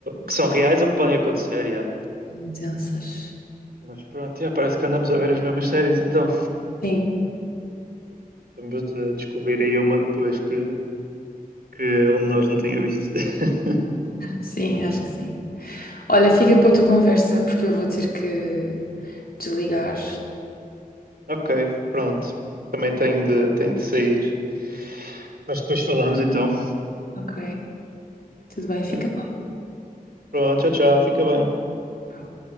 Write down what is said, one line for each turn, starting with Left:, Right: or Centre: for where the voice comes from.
Right: que são reais ou que podem acontecer, yeah.
Left: Intensas.
Right: Mas pronto, yeah, parece que andamos a ver as mesmas séries então.
Left: Sim,
Right: Estamos a descobrir aí uma depois que, que onde nós não tínhamos visto. <laughs>
Left: sim, acho que sim. Olha, fica para outra conversa porque eu vou ter que desligar.
Right: Ok, pronto. Também tenho de, tenho de sair. Mas depois falamos então.
Left: Ok, tudo bem, fica
Right: Ok. Pronto, tchau, tchau. Fica bem.
Left: bem.